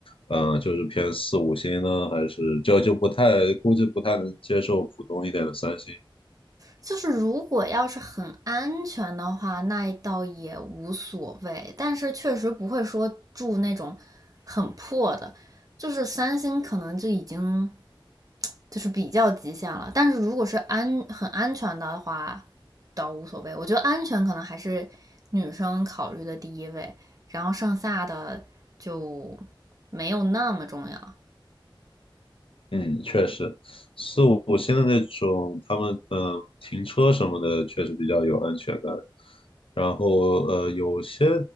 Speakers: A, on the left (about 80°); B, on the right (about 40°).
A: 嗯、就是偏四五星呢，还是就就不太估计不太能接受普通一点的三星？
B: 就是如果要是很安全的话，那倒也无所谓。但是确实不会说住那种很破的，就是三星可能就已经就是比较极限了。但是如果是安很安全的话，倒无所谓。我觉得安全可能还是女生考虑的第一位，然后剩下的就没有那么重要。
A: 嗯，确实，四五星的那种，他们嗯、呃停车什么的确实比较有安全感。然后呃，有些